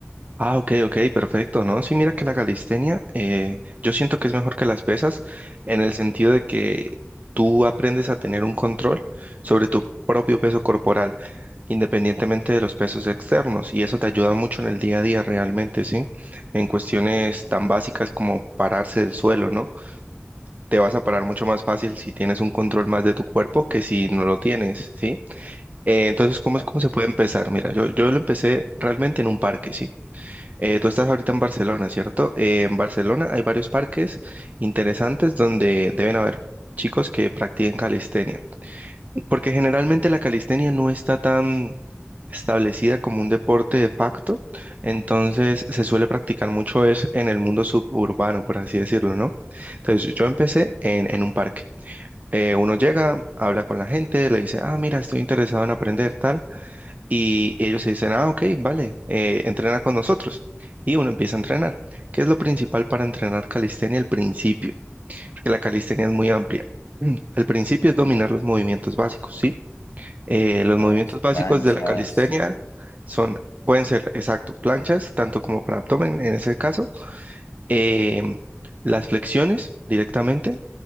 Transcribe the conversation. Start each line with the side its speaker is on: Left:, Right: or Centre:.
Right: Ah, ok, ok, perfecto, ¿no? Sí, mira que la calistenia, eh, yo siento que es mejor que las pesas en el sentido de que tú aprendes a tener un control sobre tu propio peso corporal, independientemente de los pesos externos, y eso te ayuda mucho en el día a día realmente, ¿sí? En cuestiones tan básicas como pararse del suelo, ¿no? Te vas a parar mucho más fácil si tienes un control más de tu cuerpo que si no lo tienes, ¿sí? Eh, entonces, ¿cómo
Left: La-
Right: es cómo se puede empezar? Mira, yo, yo lo empecé realmente en un parque, ¿sí? Eh, tú estás ahorita en Barcelona, ¿cierto? Eh, en Barcelona hay varios parques interesantes donde deben haber chicos que practiquen calistenia, porque generalmente la calistenia no está tan establecida como un deporte de facto, entonces se suele practicar mucho es en el mundo suburbano, por así decirlo, ¿no? Entonces yo empecé en, en un parque. Eh, uno llega, habla con la gente, le dice, ah, mira, estoy interesado en aprender tal. Y ellos se dicen, ah, ok, vale, eh, entrena con nosotros. Y uno empieza a entrenar. ¿Qué es lo principal para entrenar calistenia al principio? Porque la calistenia es muy amplia. <clears throat> Al principio es dominar los movimientos básicos, ¿sí? Eh,
Left: las
Right: los movimientos básicos
Left: planchas.
Right: de la calistenia
Left: <laughs>
Right: son, pueden ser, exacto, planchas, tanto como para abdomen en ese caso, em, las flexiones directamente,